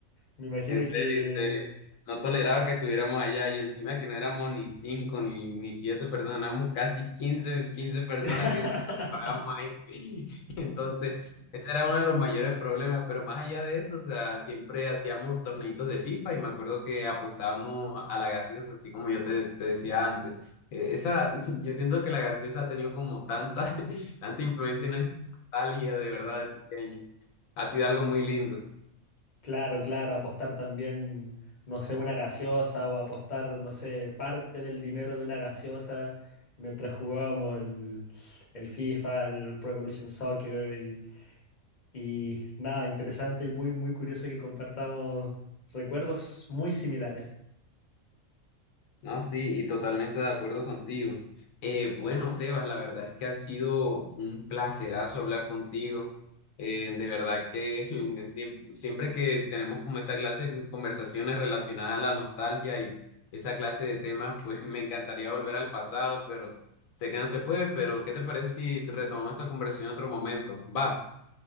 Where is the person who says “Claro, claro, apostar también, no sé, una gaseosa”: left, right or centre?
Left